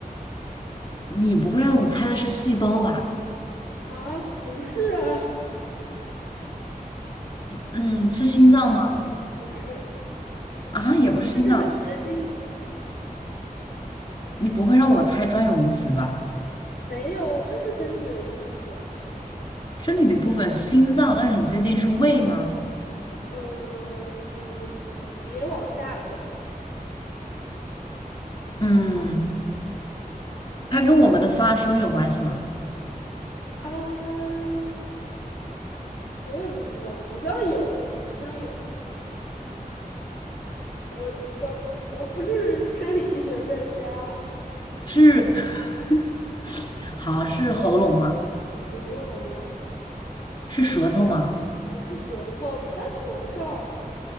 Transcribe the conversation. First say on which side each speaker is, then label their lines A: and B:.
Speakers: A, on the left; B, on the left.
A: 你不会让我猜的是细胞吧？
B: 啊，不是啊，
A: 嗯，是心脏吗？
B: 不是，
A: 啊，也不是心脏，
B: 那就很接近了。
A: 你不会让我猜专有名词吧？
B: 没有，就是身体的一部分。
A: 身体的一部分，心脏，但是很接近，是胃吗？
B: 呃，有，那别往下走
A: 嗯，它跟我们的发声有关系吗？
B: 啊！我也不知道，好像有，好像有。我好像我不是生理医学专家啊
A: 是 <laughs>，好，是喉咙吗？
B: 不是喉咙，
A: 是舌头吗？
B: 不是舌头，不在头上。